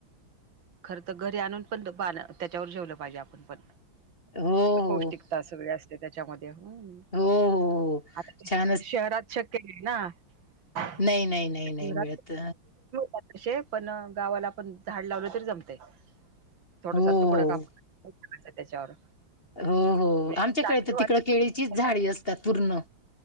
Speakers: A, on the right (about 65°); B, on the left (about 25°).
A: खर तर घरी आणून पण तो पान त्याच्यावर जेवलं पाहिजे आपण पण.
B: हो हो
A: पौष्टिकता सगळी असते त्याच्यामध्ये हं.
B: हो हो हो
A: आत <unintelligible>
B: छानच
A: शहरात शक्य <unintelligible> ना. <unintelligible>
B: नाही नाही नाही नाही मिळत
A: अतिशय पण गावाला पण झाड लावलं तरी जमतंय. थोडसा
B: हो
A: तुकडा
B: हो
A: कापून <inaudible> त्याच्यावर.
B: हो, हो
A: म्हणजे
B: आमच्याकडे
A: ताट
B: तर
A: धुवायला
B: तिकडं केळीचीच झाडी असतात पूर्ण.